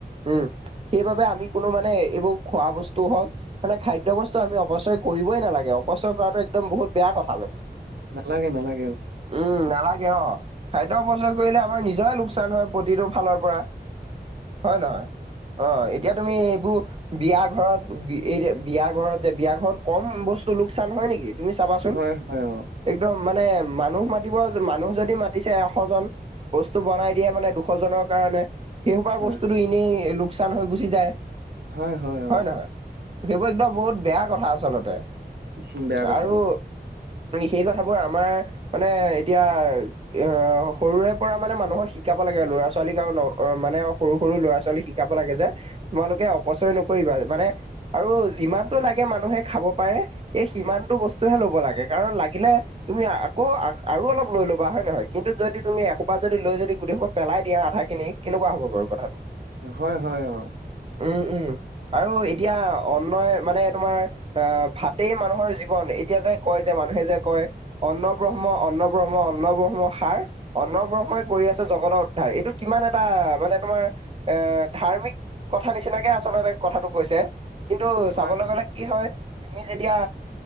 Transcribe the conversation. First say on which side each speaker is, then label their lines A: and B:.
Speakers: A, on the right; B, on the right.
A: উম। সেইবাবে আমি কোনো মানে এইবোৰ খোৱা বস্তু হওক। মানে খাদ্য বস্তু আমি অপচয় কৰিবই নালাগে, অপচয় কৰাটো একদম বহুত বেয়া কথা মানে।
B: নালাগে, নালাগে অ।
A: উম, নালাগে অ', খাদ্য অপচয় কৰিলে আমাৰ নিজৰে লোকচান হয় প্ৰতিটো ফালৰ পৰা। হয় নহয়? অ' এতিয়া তুমি এইবোৰ। বিয়া ঘৰত এই বিয়া ঘৰত যে বিয়া ঘৰত কম বস্তু লোকচান হয় নেকি। তুমি চাবাচোন।
B: হয় হয় অ'।
A: একদম মানে মানুহ মাতিব মানুহ যদি মাতিছে এশ জন। বস্তু বনাই দিয়ে মানে দুশজনৰ কাৰণে। সেই সোপা
B: হয়
A: বস্তুটো এনেই লোকচান হৈ গুচি যায়।
B: হয় হয় হয়।
A: হয় নহয় সেইবোৰ একদম বহুত বেয়া কথা আচলতে।
B: উম বেয়া কথা
A: আৰু
B: এইবোৰ।
A: সেই কথাবোৰ আমাৰ মানে এতিয়া। অ সৰুৰে পৰা মানে মানুহক শিকাব লাগে ল'ৰা ছোৱালীক আৰু মানে সৰু সৰু ল'ৰা ছোৱালী শ। শিকাব লাগে যে তোমালোকে অপচয় নকৰিবা মানে। আৰু যিমানটো লাগে মানুহে খাব পাৰে এই সিমানটো বস্তুহে ল'ব লাগে। কাৰণ লাগিলে তুমি আকৌ আৰু অলপ লৈ ল'বা হয় নহয়। কিন্তু যদি তুমি এসোপা যদি লৈ যদি গুটেই সোপা পেলাই দিয়া আধাখিনি কেনেকুৱা হ'ব বাৰু কথাটো।
B: হয় হয় অ।
A: উম উম। আৰু এতিয়া অন্নয় মানে তোমাৰ আহ ভাতেই মানুহৰ জীৱন এতিয়া যে কয়। যে মানুহে যে কয় অন্ন ব্ৰহ্ম অন্ন ব্ৰহ্ম অন্ন ব্ৰহ্ম সাৰ। অন্ন ব্ৰহ্মই কৰি আছে জগতৰ উদ্ধাৰ এইটো কিমান এটা মানে তোমাৰ এ, ধাৰ্মিক। কথা নিচিনাকে আচলতে কথাটো কৈছে। কিন্তু
B: হয়
A: চাবলৈ গ'লে কি হয়, তুমি যেতিয়া